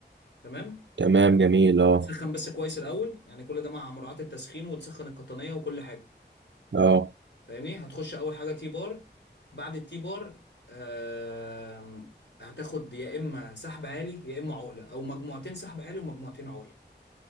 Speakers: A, on the left; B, on the right.
A: تمام
B: تمام جميل اه
A: هتسخن بس كويس الاول يعني كل ده مع مراعاه التسخين وتسخن القطنيه وكل حاجه
B: اه
A: فاهمني هتخش اول حاجه تي بار بعد التي بار آم، هتاخد يا اما سحب عالي يا اما عقله او مجموعتين سحب عالي ومجموعتين عقله